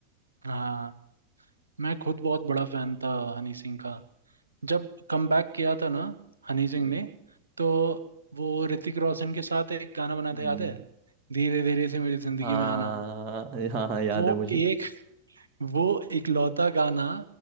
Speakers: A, on the right; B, on the right.
A: हाँ मैं खुद बहुत बड़ा फैन था हनी सिंह का जब कमबैक किया था ना हनी सिंह
B: हम्म,
A: ने तो वो ऋतिक रोशन के साथ एक गाना बना
B: हम्म,
A: था याद है धीरे धीरे से मेरी जिंदगी
B: हाँ
A: में आना
B: हाँ हाँ, याद
A: वो
B: है मुझे
A: एक वो इकलौता गाना